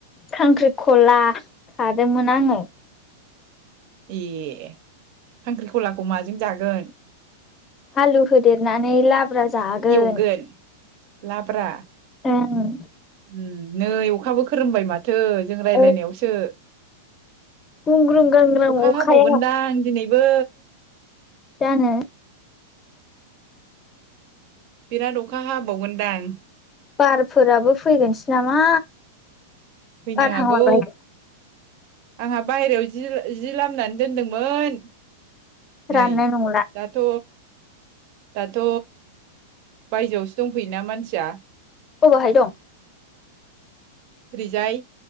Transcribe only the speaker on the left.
खांख्रिखला खादोंमोन आङो
आलु हुदेरनानै लाब्रा जागोन
ओं
औ गुंग्रुं गांग्रां
अखाया
जानो?
बारफोराबो फैगोनसो नामा?
बारहांलाबाय
राननाय नंला
अबहाय दं।